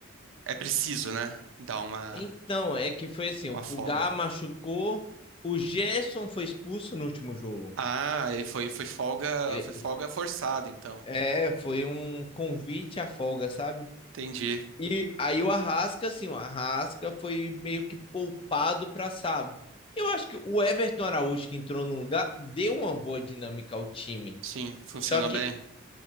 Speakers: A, on the right (about 70°); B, on the left (about 25°).
A: é preciso, né? Dar uma,
B: Então, é que foi assim, o
A: uma
B: Pulgar
A: folga.
B: machucou, o Gerson foi expulso no último jogo.
A: Ah, e foi, foi folga,
B: Ele-
A: foi folga forçada, então.
B: é, foi um convite à folga, sabe?
A: Entendi.
B: E aí o Arrasca, assim, o Arrasca foi meio que poupado para sábado. Eu acho que o Everton Araújo que entrou no lugar deu uma boa dinâmica ao time.
A: Sim, funcionou
B: Só que
A: bem.